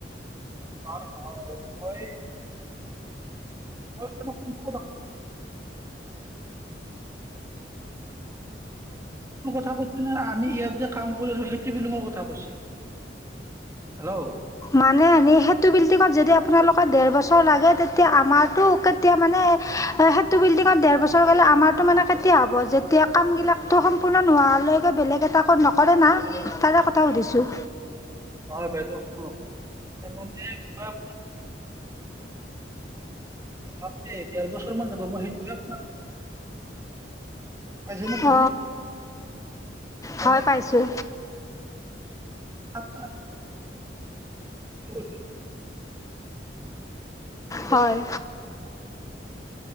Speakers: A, on the right; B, on the left.
A: <inaudible> <inaudible> <unintelligible> কথা কৈছে নে আমি ইয়াত যে কাম কৰি আছো সেইটো বিল্ডঙৰ কথা কৈছে? হেল্ল'।
B: মানে এ সেইটো বিল্ডিঙত যদি আপোনালোকৰ দেৰ বছৰ লাগে তেতিয়া আমাৰতো কে তেতিয়া মানে এ সেইটো বিল্ডিঙত দেৰ বছৰ গ'লে আমাৰটো মানে কেতিয়া হ'ব যে এতিয়া কামবিলাকতো সম্পূৰ্ণ নোহোৱালৈকে বেলেগ এটা নকৰে না তাৰে কথা সুধিছোঁ।
A: হয়, বাইদেউ শুনক <unintelligible> <unintelligible> ডেৰ বছৰ মান যাব মই সেইটোকে <unintelligible> পাইছানে
B: অ'
A: বুজি। <unintelligible>
B: হয় পাইছোঁ।
A: <inaudible> কৰি
B: হয়।
A: আছো।